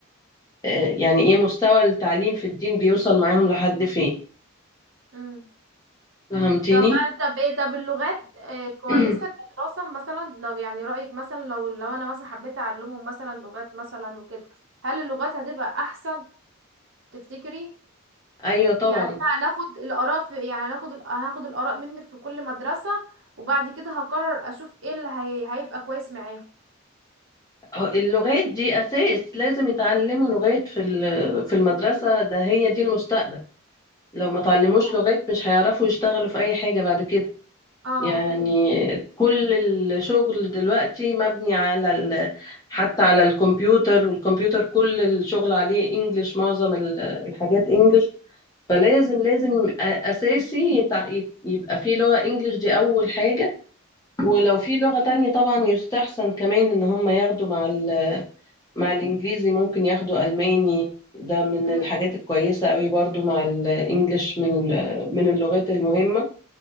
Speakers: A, on the left (about 15°); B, on the right (about 60°).
A: آه، يعني ايه مستوى التعليم في الدين بيوصل معاهم لحد فين
B: امم
A: فهمتني
B: طب طب ايه طب اللغات إيه كويسة
A: <clears throat>
B: كدراسة مثلا لو يعني رأيك مثلا لو لو أنا مثلا حبيت أعلمهم مثلا لغات مثلا وكده هل اللغات هتبقى أحسن تفتكري
A: ايوه طبعا
B: يعني احنا هناخد الآراء في يعني هناخد ال- هناخد الآراء منك في كل مدرسة وبعد كده هقرر أشوف ايه اللي هي... هيبقى كويس معاهم
A: هو اللغات دي اساس لازم يتعلموا لغات في ال- في المدرسه ده هي دي المستقبل لو ما تعلموش
B: اه
A: لغات مش هيعرفوا يشتغلوا في اي حاجه بعد كده
B: اه
A: يعني كل الشغل دلوقتي مبني على ال... حتى على الكمبيوتر والكمبيوتر كل الشغل عليه انجليش معظم ال- الحاجات انجليش فلازم لازم أ- اساسي يتع- يت- يبقى في لغة انجليش دي اول حاجة
B: مم.
A: ولو في لغة تانية طبعا يستحسن كمان ان هم ياخدوا مع ال... مع الانجليزي ممكن ياخدوا الماني ده من
B: مم.
A: الحاجات الكويسة قوي برضو مع الانجليش من من اللغات المهمة